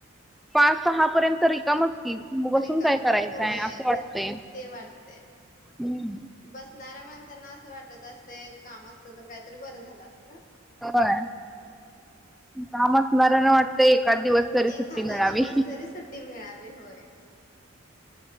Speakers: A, in the centre; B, on the left.
A: पाच सहा पर्यंत रिकामच कि बसून
B: रिकाम
A: काय करायचंय
B: होय
A: असं वाटतय
B: ते ते वाटतंय
A: हम् की
B: बसणाऱ्या माणसांना असं वाटत असतय काम असतं तर कायतर बरं झालं असत
A: होय काम असणाऱ्यांना वाटतंय एखादं दिवस तरी सुट्टी
B: एखादा
A: मिळावी
B: दिवस तरी सुट्टी मिळावी होय